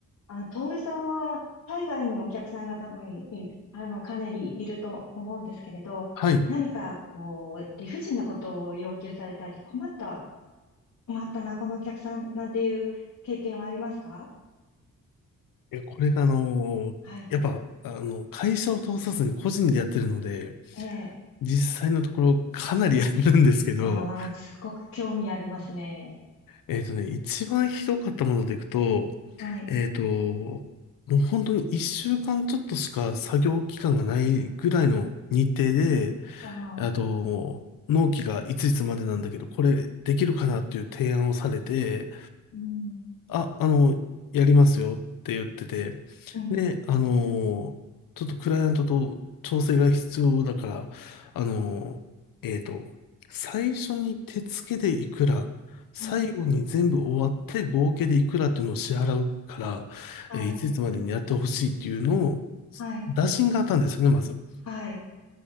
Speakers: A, on the left (about 65°); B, on the left (about 85°).
A: あ、トールさんは海外にお客さんが多分い、あの、かなりいると思うんですけれど、
B: はい。い
A: 何かこう、理不尽なことを要求されたり、困った、困ったな、このお客さんなんていう経験はありますか
B: や、これがあの、
A: はい。
B: やっぱ、あの、会社を通さずに個人でやってるので、
A: ええ。
B: 実際のところかなりやるんですけど、
A: ああ、すごく興味ありますね。
B: えっとね、一番ひどかったものでいくと、
A: はい。
B: えっと、もう本当に一週間ちょっとしか作業期間がないぐらいの日程で、
A: ああ、
B: あと、納期がいついつまでなんだけど、これできるかなっていう提案をされて、
A: うん、
B: あ、あの、やりますよって言ってて、
A: うん、
B: で、あの、ちょっとクライアントと調整が必要だから、あの、えっと、最初に手付けでいくら、最後に全部終わって合計でいくらっていうのを支払うから、
A: うん。はい、
B: えーいついつまでにやってほしいっていうのを、
A: はい、
B: 打診があったんですよね、まず。
A: はい。